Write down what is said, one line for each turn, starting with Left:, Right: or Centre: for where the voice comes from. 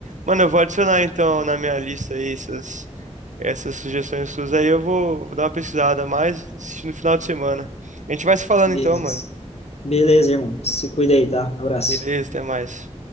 Right: Mano, eu vou adicionar então na minha lista aí essas, essas sugestões suas aí, eu vou, vou dar uma pesquisada a mais assistir no final de semana. A gente vai se falando
Left: Beleza.
Right: então, mano.
Left: Beleza, irmão. Se cuida aí, tá? Abraço.
Right: Beleza, até mais.